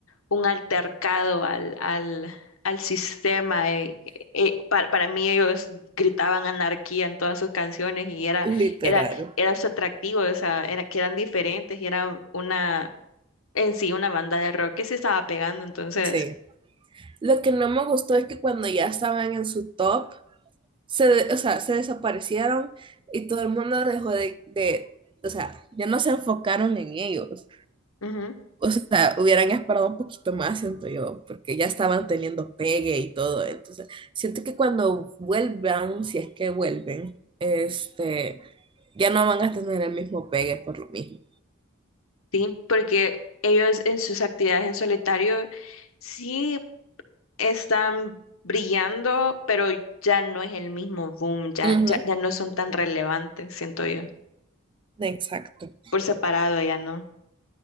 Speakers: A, on the left; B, on the right.
A: un altercado al, al, al sistema. eh, eh, pa- para, mí ellos gritaban anarquía en todas sus canciones y era,
B: literal.
A: era, era su atractivo, o sea, era, que eran diferentes y era una, en sí, una banda de rock que se estaba pegando, entonces,
B: Sí. Lo que no me gustó es que cuando ya estaban en su top, se, o sea, se desaparecieron y todo el mundo dejó de, de. O sea, ya no se enfocaron en ellos.
A: ujú,
B: O sea, hubieran esperado un poquito más, siento yo, porque ya estaban teniendo pegue y todo. Entonces, siento que cuando vuelvan, si es que vuelven, este, ya no van a tener el mismo pegue por lo mismo.
A: sí, porque ellos en sus actividades en solitario sí están brillando, pero ya no es el mismo boom, ya,
B: Ujú,
A: ya, ya no son tan relevantes, siento yo.
B: exacto.
A: Por separado ya no.